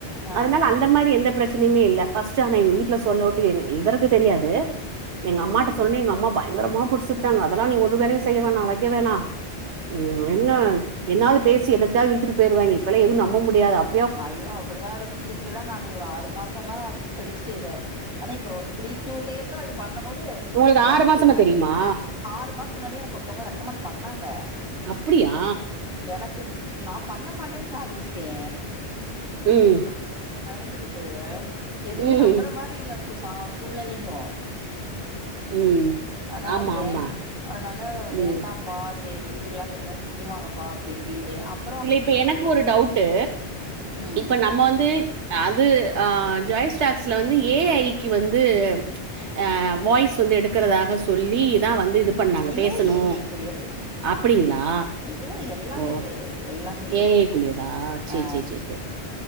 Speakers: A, in the centre; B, on the right.
A: ஆ
B: அதனால
A: ஆ
B: அந்த மாரி எந்த பிரச்சனையுமே இல்ல ஃபர்ஸ்ட்டு ஆனா எங்க வீட்ல சொல்ல உட்டு எங் இவருக்கு தெரியாது எங்க
A: ம்
B: அம்மாட்ட
A: ம்
B: சொன்னே எங்க அம்மா பயங்கரமா புரிச்சுட்டாங்க அதெல்லா நீ ஒரு வேலையு செய்ய வேணா வக்க வேணா ம் என்ன என்னாவது பேசி என்னத்தாவது இழுத்துட்டு போயிருவாங்க இப்பல்லா எதுவு நம்ப முடியாது அப்
A: ஐயோ அப்படிதா இருந்துச்சுன்ட்டுதா நா ஒரு ஆறு மாசல்லா இழுத்தடிச்சுட்டே இத ஆனா இப்ப ஒரு த்ரீ டூ டேஸா இது பண்ணும் போது
B: உங்களுக்கு
A: மைண்டு
B: ஆறு மாசமா தெரியுமா
A: ஆறு மாசம் முன்னாடியே எனக்கு ஒருத்தவங்க ரெக்கமெண்ட் பண்ணாங்க
B: அப்புடியா
A: எனக்கு நா பண்ண மாட்டேன்னு சாதிச்சிட்டே
B: ம்
A: பயந்துக்கிட்டு எதுவுமே
B: ம்
A: நம்புற மாரி இல்ல அப்ப சா சூழ்நிலையும்
B: ம்
A: அதனால
B: ஆமா
A: வேண்டா
B: ஆமா
A: அதனால
B: ம்
A: வேண்டாம் ப்பாத்தே வீட்டுக்கெல்லா தெரிஞ்சா திட்டுவாங்கப்பா அப்டி இப்டின்னுட்டே அப்
B: இல்ல இப்ப எனக்கு ஒரு டவுட்டு
A: ம்
B: இப்ப நம்ம வந்து அது ஆ ஜாய் ஸ்டாக்ஸ்ல வந்து ஏ ஐ க்கு வந்து ஆ வாய்ஸ் வந்து எடுக்கிறதாக சொல்லிதா வந்து இது பண்ணாங்க
A: இதுவு
B: பேசணு
A: ஏ ஐ க்குரியது
B: அப்டிங்களா
A: இதுவு எல்லாமே
B: ஓ
A: ஏ எல்லாமே
B: ஏ ஐ க்குரியதா சேரி
A: ஆ
B: சேரி சேரி சேரி